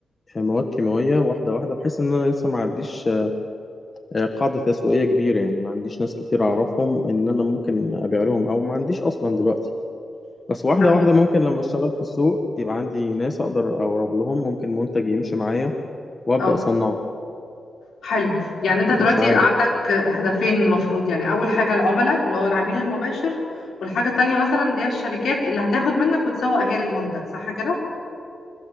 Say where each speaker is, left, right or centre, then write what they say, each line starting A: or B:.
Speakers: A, on the left (about 25°); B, on the left (about 75°).
A: آه، مواد كيماويه واحده واحده بحيث ان انا لسه ما عنديش آه، قاعده تسويقيه كبيره يعني ما عنديش ناس كتير اعرفهم ان انا ممكن ابيع لهم او ما عنديش اصلا دلوقتي بس واحده
B: تمام
A: واحده ممكن لما اشتغل في السوق يبقى عندي ناس اقدر اورد لهم ممكن منتج يمشي معايا وابدا
B: اه
A: اصنعه
B: حلو يعني
A: فمش
B: انت دلوقتي
A: عارف
B: عندك هدفين المفروض يعني اول حاجة العملاء اللي هو العميل المباشر والحاجة التانية مثلا اللي هي الشركات اللي هتاخد منك وتسوق هي للمنتج صح كده